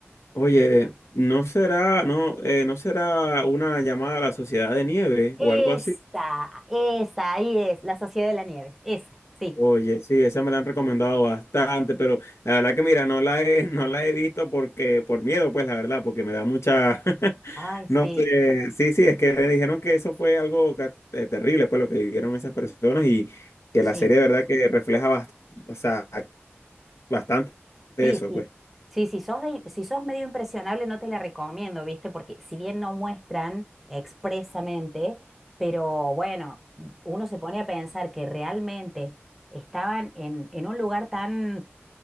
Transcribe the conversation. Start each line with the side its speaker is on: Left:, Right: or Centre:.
Left: Oye, ¿no será, no, eh, no será una llamada a la Sociedad de Nieve
Centre: Esa,
Left: o algo así?
Centre: esa, ahí es, La Sociedad de la Nieve, esa, sí.
Left: Oye, sí, esa me la han recomendado bastante, pero la verdad que mira, no la he, <laughs> no la he visto porque, por miedo, pues la verdad, porque me da mucha, <laughs>
Centre: Ay, sí,
Left: no sé, sí, sí, es que me dijeron que eso fue algo ca- eh, terrible, pues lo que vivieron esas personas y que
Centre: sí,
Left: la serie de verdad que refleja bast- o sea, bastante eso,
Centre: sí, sí.
Left: pues,
Centre: Sí, si sos, de- si sos medio impresionable, no te la recomiendo, ¿viste? Porque si bien no muestran expresamente, pero bueno, uno se pone a pensar que realmente estaban en, en un lugar tan